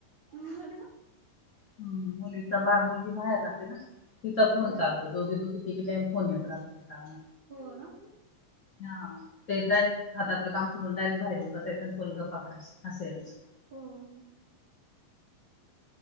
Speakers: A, on the right; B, on the left.
A: हो ना.
B: हम्. मुलीचा बा मुलगी बाहेर राहते. तिचा फोन
A: हो
B: चालतो दोघी दोघी तिघे टाईम फोन येत राहतो तिना.
A: हो ना.
B: हा. ते डायरेक्ट हातलं काम सोडून डायरेक्ट बाहेरून बसायचं तोला गप्पा करायचं. अस हाय आमचं.
A: हो.